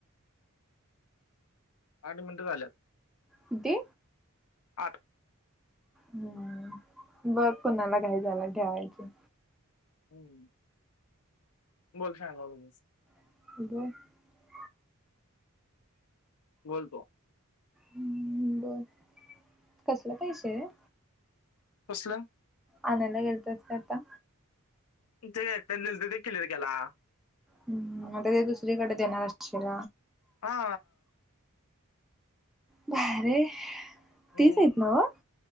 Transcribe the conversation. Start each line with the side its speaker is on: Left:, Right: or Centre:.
Left: आठ मिनटं झाल्यात.
Centre: किती
Left: आठ
Centre: हम्म बघ कुणाला काही झाला ठेवायचे.
Left: हम्म बोल सांग म्ह.
Centre: <inaudible>
Left: बोलतो.
Centre: हम्म बर कसलं पैसे रे.
Left: कसलं.
Centre: आणायला गेलतास का आता.
Left: ते त्यांनी दिलात ते क्लिअर केला.
Centre: हम्म मगं ते दुसरीकडे देणारं असशील.
Left: हा
Centre: भारीयं
Left: हम्म
Centre: तीस आहेत नव्ह.